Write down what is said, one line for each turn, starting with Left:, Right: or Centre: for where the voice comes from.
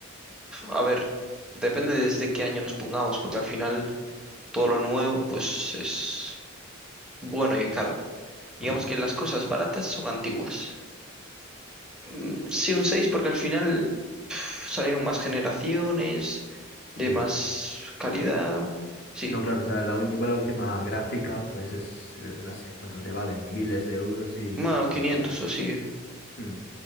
Centre: a ver, depende desde qué año nos pongamos, porque al final todo lo nuevo, pues es bueno y caro. Digamos
Left: Sí.
Centre: que las cosas baratas son antiguas. Mm, Sí, un 6 porque al final uf, salieron más generaciones, de
Left: Sí.
Centre: más calidad. Sí,
Left: No, claro, o sea, la ul- igual la última gráfica, pues es, eh, no sé cuánto te valen, miles de euros y
Centre: más
Left: comprada.
Centre: 500 o sí.
Left: Mm.